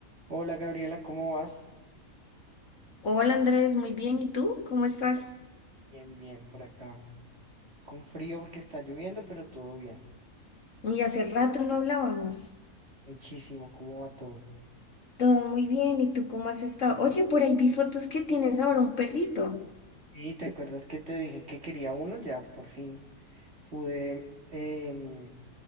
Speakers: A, on the right; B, on the left.
A: Hola Gabriela, ¿cómo vas?
B: Hola Andrés, muy bien. ¿Y tú? ¿Cómo estás?
A: Bien, bien, por acá. Con frío porque está lloviendo, pero todo bien.
B: Y hace rato no hablábamos.
A: Muchísimo, ¿cómo va todo?
B: Todo muy bien. ¿Y tú cómo has estado? Oye, por ahí vi fotos que tienes ahora un perrito.
A: Sí, ¿te acuerdas que te dije que quería uno? Ya por fin pude, em,